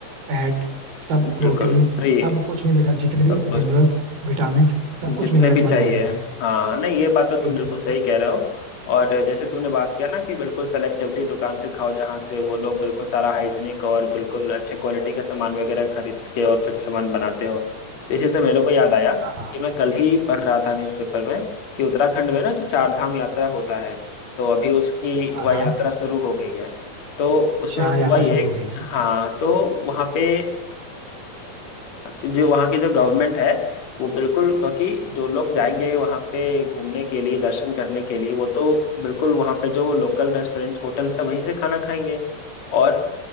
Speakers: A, on the right; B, on the left.
A: फैट सब प्रोटीन
B: बिल्कुल फ्री
A: सब कुछ मिलेगा जितने भी
B: सब कुछ
A: मिनरल्स विटामिन सब कुछ
B: जितने
A: मिलेगा
B: भी
A: तुम्हारी
B: चाहिए
A: बॉडी को
B: हाँ नहीं ये बात तो तुम
A: Exactly
B: बिल्कुल सही
A: exactly.
B: कह रहे हो और जैसे तुमने बात किया ना कि बिल्कुल सेलेक्टिवली दुकान से खाओ जहाँ से वो लोग बिल्कुल सारा हाइजीनिक और बिल्कुल अच्छे क्वालिटी का सामान वगैरह खरीद के और फिर सामान बनाते हो तो इसी से मेरे को याद आया
A: हाँ हाँ
B: कि मैं कल ही पढ़ रहा था न्यूज़पेपर में कि उत्तराखंड में ना जो चार धाम यात्रा होता है तो अभी उसकी
A: हाँ
B: वह
A: हाँ
B: यात्रा शुरू हो गई है तो उसमें
A: शाह
B: हुआ
A: यात्रा
B: ये
A: शुरू हो गई है
B: हाँ तो वहाँ पे जो वहाँ की जो गवर्नमेंट है वो बिल्कुल क्योंकि जो लोग जाएंगे वहाँ पे घूमने के लिए दर्शन करने के लिए वो तो बिल्कुल वहाँ पे जो लोकल रेस्टोरेंट होटल से वहीं से खाना खाएंगे और